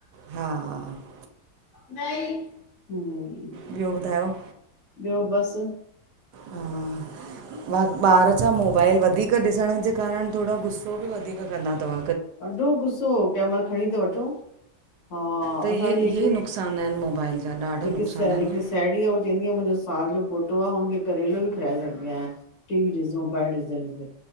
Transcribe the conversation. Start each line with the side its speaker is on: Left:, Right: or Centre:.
Right: हा --
Left: न हम्म --
Right: ॿियो ॿुधायो?
Left: ॿियो बस
Right: हा, ॿार छा मोबाइल वधीक वधीक ॾिसण जे कारण थोरा गुस्सो बि वधीक कंदा तव
Left: ॾाढो गुसो कंहिं महिल खणी त वठो हा,
Right: त
Left: असांजी
Right: इहे इहे ई नुक़सान आहिनि मोबाइल जा ॾाढा
Left: इक
Right: नुक़सान
Left: स साहेड़ी
Right: आहिनि
Left: आहे उअ चवंदी आहे मुंहिंजो साल जो पोटो आहे हुनखे करेलो बि खाराए छॾंदी आयां। टी वी ॾिसदे मोबाइल डिसजदे त